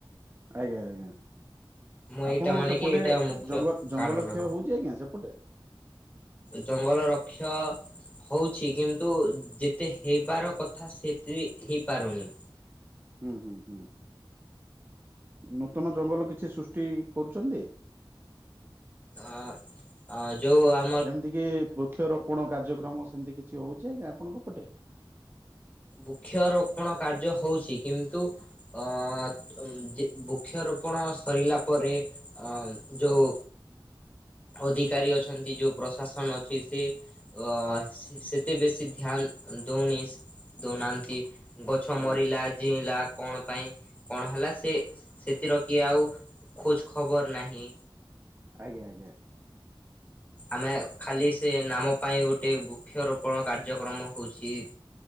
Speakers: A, on the right; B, on the left.
A: ଆଜ୍ଞା ଆଜ୍ଞା।
B: ମୁଁ
A: ଆପଣ
B: ଏଇଟା ମାନେ
A: ସେପଟେ
B: କି ଏଇଟା ମୁଖ୍ୟ
A: ଜଙ୍ଗ-
B: କାରଣ
A: ଜଙ୍ଗଲ କ୍ଷୟ ହଉଛି ଆଜ୍ଞା ସେପଟେ?
B: ଜଙ୍ଗଲ ରକ୍ଷ ହୋଉଛି କିନ୍ତୁ ଯେତେ ହେଇବାର କଥା ସେତେ ହେଇପାରୁନି।
A: ହୁଁ ହୁଁ ହୁଁ। ନୂତନ ଜଙ୍ଗଲ କିଛି ସୃଷ୍ଟି କରୁଛନ୍ତି?
B: ଅ, ଅ ଯୋଉ ଆ
A: ଯେମିତି କି ବୃକ୍ଷରୋପଣ କାର୍ଯ୍ୟକ୍ରମ ସେମିତି କିଛି ହୋଉଛି କିଛି ଆପଣଙ୍କ ପଟେ?
B: ବୃକ୍ଷରୋପଣ କାର୍ଯ୍ୟ ହଉଛି କିନ୍ତୁ ଅ ଯେ ବୃକ୍ଷରୋପଣ ସରିଲା ପରେ ଅ ଯୋଉ ଅଧିକାରୀ ଅଛନ୍ତି, ଯୋଉ ପ୍ରଶାସନ ଅଛି ସେ ଅ ସେତେ ବେଶୀ ଧ୍ୟାନ ଦଉନି। ଦଉନାହାନ୍ତି। ଗଛ
A: ଆଜ୍ଞା
B: ମରିଲା ଝିଇଁଲା କଣ ପାଇଁ କଣ ହେଲା ସେ ସେଥିର କିଏ ଆଉ ଖୋର୍ଚ୍ଚ ଖବର ନାହିଁ।
A: ଆଜ୍ଞା ଆଜ୍ଞା।
B: ଆମେ ଖାଲି ସେ ନାମ ପାଇଁ ଗୋଟେ ବୃକ୍ଷରୋପଣ କାର୍ଯ୍ୟକ୍ରମ ହୋଉଛି।